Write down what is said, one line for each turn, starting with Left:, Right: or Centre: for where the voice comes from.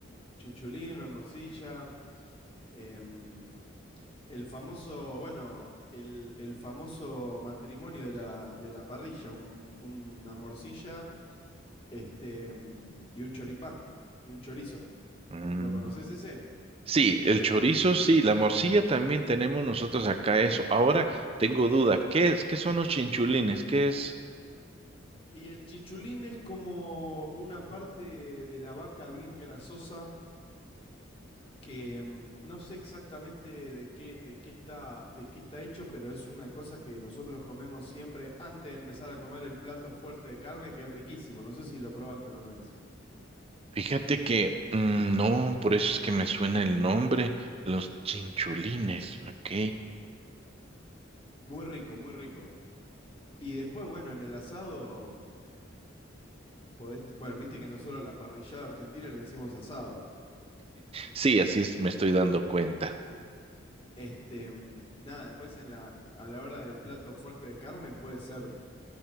Left: Chinchulín, una morcilla. em, el famoso, bueno, el, el famoso matrimonio de la, de la parrilla, un- una morcilla este, em, y un choripán, y un chorizo.
Right: Mm.
Left: ¿Lo conoces ese?
Right: Sí, el chorizo, sí, la morcilla también tenemos nosotros acá eso. Ahora tengo duda, ¿qué es, qué son los chinchulines? ¿Qué es?
Left: Y el chinchulín es como una parte de la vaca bien grasosa que mm, no sé exactamente de qué, de qué está, de qué está hecho, pero es una cosa que nosotros comemos siempre antes de empezar a comer el plato fuerte de carne, que es riquísimo. No sé si lo probaste alguna vez.
Right: Fíjate que mm, no, por eso es que me suena el nombre, los chinchulines, ok.
Left: Muy rico, muy rico. Y después, bueno, en el asado podés, te- bueno, viste que nosotros a la parrillada argentina le decimos asado.
Right: Sí, así es, me estoy dando cuenta.
Left: Este, mm, nada, después en la, a la hora del plato fuerte de carne puede ser